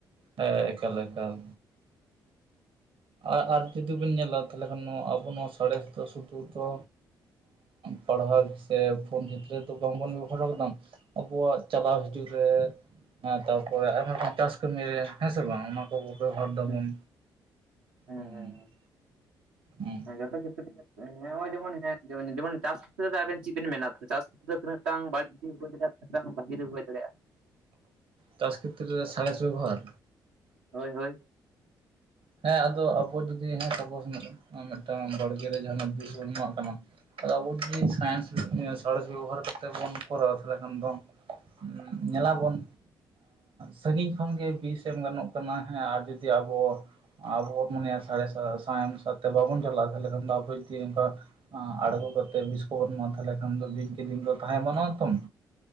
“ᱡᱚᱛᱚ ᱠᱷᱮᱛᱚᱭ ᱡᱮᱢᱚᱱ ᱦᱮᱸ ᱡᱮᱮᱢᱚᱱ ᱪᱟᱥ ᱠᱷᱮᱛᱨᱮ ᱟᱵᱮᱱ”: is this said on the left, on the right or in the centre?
Right